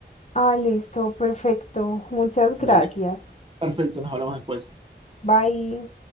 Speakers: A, on the left; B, on the right.
A: Ah, listo, perfecto. Muchas
B: Dale,
A: gracias.
B: perfecto, nos hablamos después.
A: Bye.